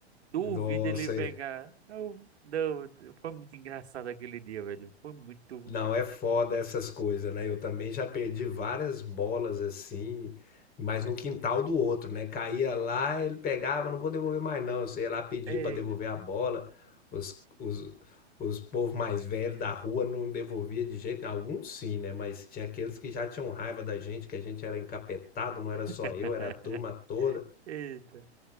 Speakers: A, on the right; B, on the left.
A: Duvido
B: Nossa,
A: ele pegar. Eu- não, foi muito engraçado aquele dia, velho. Foi muito
B: Não,
A: engraçado.
B: é foda essas coisas, né? Eu também já perdi várias bolas assim, mas no quintal do outro, né? Caía lá, ele pegava, não vou devolver mais não. Você ia lá pedir
A: Ei.
B: pra devolver a bola. Os, os, os povos mais velhos da rua não devolvia de jeito nenhum. Alguns sim, né? Mas tinha aqueles que já tinham raiva da gente, que a gente era encapetado, não era
A: <laughs>
B: só eu, era a turma toda
A: Eita.